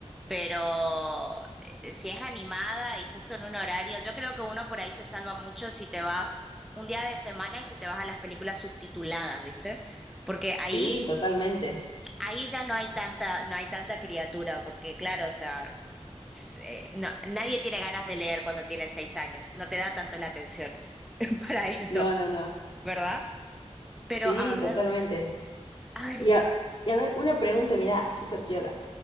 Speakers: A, in the centre; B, on the left.
A: Pero eh, si es animada y justo en un horario, yo creo que uno por ahí se salva mucho si te vas un día de semana y si te vas a las películas subtituladas, ¿viste? Porque ahí,
B: Sí, totalmente.
A: ahí ya no hay tanta, no hay tanta criatura, porque claro, o sea, s- eh, no- nadie tiene ganas de leer cuando tienes seis años. No te da tanto la atención <laughs> para eso,
B: No, no, no.
A: ¿verdad? Pero
B: Sí,
A: a ver,
B: totalmente.
A: a ver.
B: Y a, y a ver, una pregunta, mirá, súper piola.